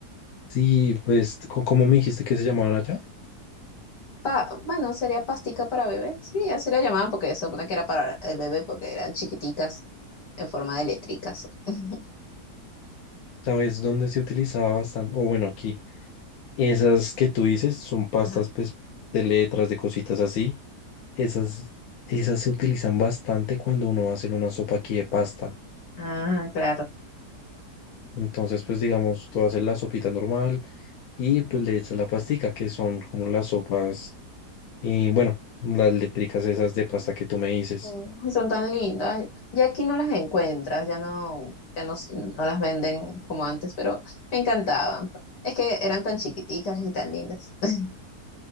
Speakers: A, on the left (about 65°); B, on the left (about 85°).
A: Sí, pues, co- como me dijiste que se llamaban allá?
B: Pa- bueno, sería pastica para bebé. Sí, así la llamaban porque se supone que era para el bebé porque eran chiquiticas en forma de letricas. <laughs>
A: ¿Sabes dónde se utilizaba bastante? O bueno, aquí. Esas que tú dices son pastas,
B: Ajá.
A: pues, de letras, de cositas así. Esas, esas se utilizan bastante cuando uno va a hacer una sopa aquí de pasta.
B: Ah, claro.
A: Entonces, pues, digamos, tú haces la sopita normal y pues le echas la pastica, que son como las sopas, y bueno, las eléctricas esas de pasta que tú me dices.
B: Sí. Ay, son tan lindas. Ya aquí no las encuentras, ya no, ya no, s- no las venden como antes, pero me encantaban. Es que eran tan chiquiticas y tan lindas. <laughs>